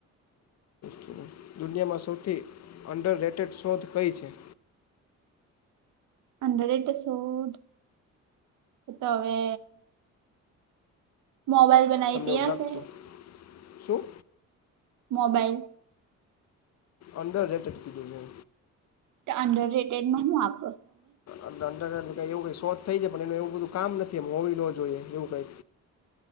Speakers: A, on the left; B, on the right.
A: ત દુનિયામાં સૌથી અંડર રેટેડ શોધ કઈ છે.
B: હંડ્રેડ એસોડ તો હવે. મોબાઈલ. બનાવી
A: તમને
B: તે
A: એવું
B: હશે
A: લખતું શું.
B: મોબાઈલ.
A: અન્ડર રેટેડ કધઈએ.
B: અંડર રેટેડમાં હું આપ.
A: અંડર એટલે કઈ એવું ક શોધ થઈ જાય પણ એનું એવું બધું કામ નથી એમ હોવી ન જોઈએ એવું કઈ.